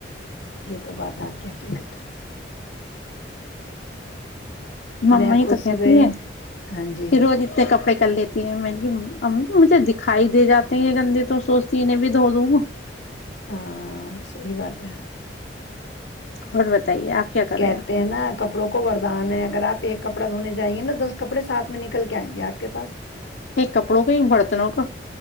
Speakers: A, on the left; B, on the left.
A: تو بات آپ یہ حقیقت ہے
B: ہاں ہاں
A: میں
B: مئی
A: خود
B: تو
A: صبح
B: کہتی ہے
A: ہاں جی
B: کہ روز اتنے کپڑے کر لیتی ہے میں نے امی مجھے دکھائی دے جاتے ہیں گندے تو سوچتی ہے انہیں بھی دھو دوں
A: ہاں صحی بات ہے
B: اور بتائیے آپ کیا کرے
A: کہتے
B: گا
A: ہیں نا کپڑوں کو وردان ہے اگر آپ ایک کپڑا دھونے جائیں گے نا دس کپڑے سات میں نکل کے آئیں گے آ کے پاس
B: ایک کپڑوں کا ایک برتنوں کا